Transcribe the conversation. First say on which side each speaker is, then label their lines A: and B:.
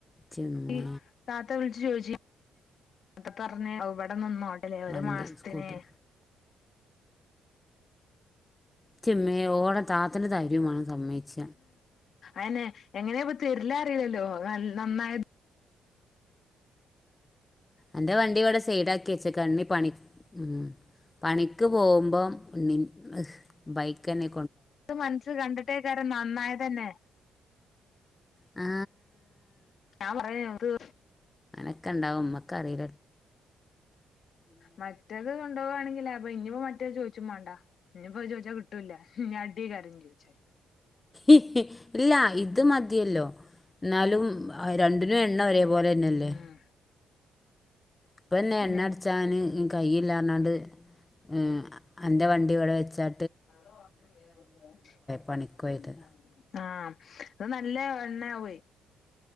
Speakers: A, on the left (about 20°); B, on the left (about 60°).
A: ച്ചെമ്മേ
B: ഇ താത്ത വി ജോച്ചി ഒക്കെ പാറഞ് ആ വിടെ നിന്നോട്ടല്ലേ ഒരു
A: വണ്ടി
B: മാസത്തിന്
A: സ്കൂട്ടി ചെമ്മേ ഓട താത്തിന്റെ ധര്യമാണ് സമ്മതിച്ച
B: അനെ എങ്ങനെയ ഇപ്പ തെരില അറില്ലല്ലോ ന നന്നായ അ
A: എന്റെ വണ്ടി ഇവിടെ സൈഡ ആക്കി വച്ച കണ്ണി പണി ഉ പണിക്ക് പോമ്പം ഇമിനി ഇഹ് ബൈക്ക്ന്നെ
B: ഇത് മനസ്സ് കണ്ടിട്ടേക്കാര നന്നായ തന്നെ
A: ആ
B: ഞാ പറയാ ഒരു
A: ഓക്ക ഉണ്ടാവും നുമ്മക്ക് അറിയി
B: മറ്റേത് കൊണ്ടുപോകയാണെങ്കിലേ അപ്പൊ ഇനിപ്പോ മറ്റേത് ചോദിച്ചും വേണ്ടാ ഇനി പോയി ചോദിച്ചാ കിട്ടൂല്ല ഇ അടി കാരം ചോദിച്ചാല്
A: ഇല്ല ഇത് മതിയല്ലോ എന്നാലും രണ്ട് ഇ എണ്ണ ഒരേ പോലെ തന്നെ അല്ലേ
B: ഉം
A: ഇപ്പന്നെ
B: പിന്നെ
A: എണ്ണ അടച്ചാന് കയ്യില്ലാ പറഞ്ഞാണ്ട് ഏ അൻ്റെ വണ്ടി ഇവിടെ വെച്ചാ
B: <unintelligible>
A: പണിക്കോയത്
B: ആ അത് നല്ല എണ്ണ ആവുവേ